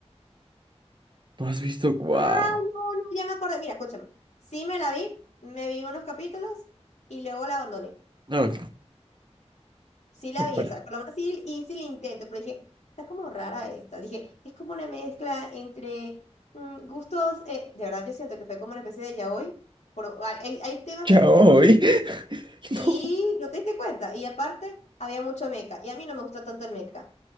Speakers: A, on the right; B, on the left.
A: ¿No has visto? ¡Wow!
B: Ah, no, no, ya me acordé. Mira, escúchame. Sí me la vi, me vi unos capítulos y luego la abandoné.
A: No,
B: Sí la
A: Espera.
B: vi, o sea, por lo menos sí hice el intento, pero dije, está como rara esta. Dije, es como una mezcla entre mm, gustos, eh, de verdad yo siento que fue como una especie de yaoi. Por, hay, hay temas
A: Chao,
B: que como yaoi,
A: ¿y? <laughs>
B: sí,
A: no.
B: no te diste cuenta. Y aparte, había mucho Meca y a mí no me gusta tanto el Meca